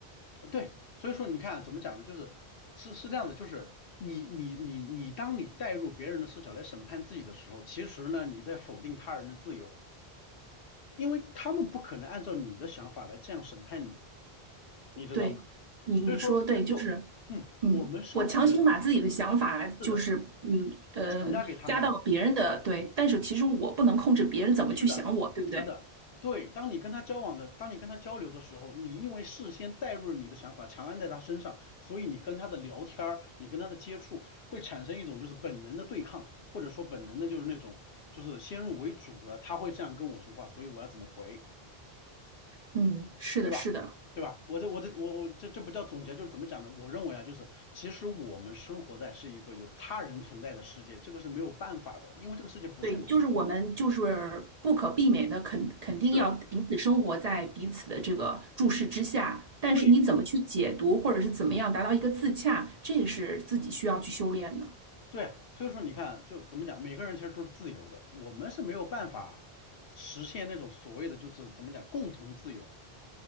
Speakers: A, on the left; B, on the right.
A: 呃对。所以说，你看啊怎么讲呢？就是是是这样子，就是你你你你，当你带入别人的视角来审判自己的时候，其实呢，你在否定他人的自由。因为他们不可能按照你的想法来这样审判你，你知道吗？
B: 对，你你说得对，
A: 所以说，
B: 就是，
A: 就嗯，
B: 嗯，
A: 我们生活的
B: 我强行把自己的想法，就是，
A: 是的，
B: 嗯呃，
A: 强加给他们了，
B: 加到别人的，对，但是其实我不能控制别人怎么去想我，
A: 是的，
B: 对不对？
A: 是的，对。当你跟他交往的，当你跟他交流的时候，你因为事先带入了你的想法，强按在他身上，所以你跟他的聊天儿，你跟他的接触会产生一种就是本能的对抗，或者说本能的就是那种就是先入为主的，他会这样跟我说话，所以我要怎么回？
B: 嗯，是的，
A: 对吧？
B: 是的，
A: 对吧？我这我这我我这这不叫总结，就是怎么讲呢？我认为啊，就是其实我们生活在是一个有他人存在的世界，这个是没有办法的，因为这个世界不是我们一个人，
B: 对，就是我们就是不可避免的肯肯定要彼此生活在彼此的这个注视之下，
A: 是
B: 但是你怎么去解读，
A: 对
B: 或者是怎么样达到一个自洽，这个是自己需要去修炼的。
A: 对，所以说你看，就怎么讲，每个人其实都是自由的，我们是没有办法实现那种所谓的就是怎么讲共同自由。